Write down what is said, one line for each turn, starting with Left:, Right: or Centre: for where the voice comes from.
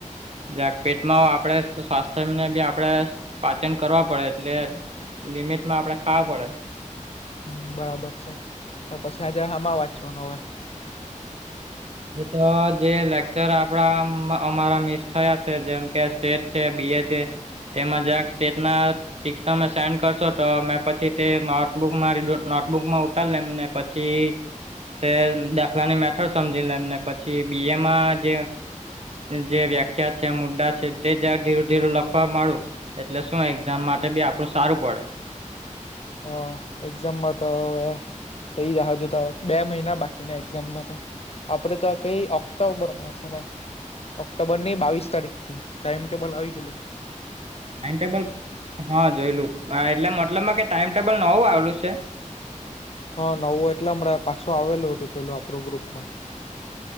Right: જ્યાંક પેટમાં આપડે સ્વાસ્થ્યને બી આપડે પાચન કરવા પડે એટલે લિમિટ માં આપડે ખાવા પડે.
Left: હમ બરાબર છે તો પછી આજે હમાં વાચવાનો હવે.
Right: તો જે લેક્ચર આપડા અમારા મિસ થયા છે જેમ કે સ્ટેટ છે, બીએ છે, તેમાં જ આ સ્ટેટ ના પિક્સ તમે સેન્ડ કરશો તો મેં પછી તે નોટબુક મારી નોટબુકમાં ઉતાળને એમને પછી તે દાખલાની મેથોડ્સ સમજી લે એમને પછી બીએ માં જે જે વ્યાખ્યા છે મુદ્દા છે તે જરા ધીરુ ધીર લખવા માંડુ. એટલે શું એક્ઝામ માટે બી આપડું સારું પડે.
Left: હ એક્ઝામમાં તો એ થઈ જહે જોતા, બે મહિના બાકીને એક્ઝામ નતો. આપડે તો કઈ ઓક્ટોબરમાં છે ને ઓક્ટોબર ની બાવીસ તારીખ થી ટાઈમ ટેબલ આવી ગયેલુ.
Right: ટાઈમટેબલ હા જોઈલું એટલે મતલબમાં કે ટાઈમટેબલ નવું આવેલું છે?
Left: હા નવો એટલે હમણાં પાછો આવેલો હતો પેલું આપણો ગ્રુપ માં.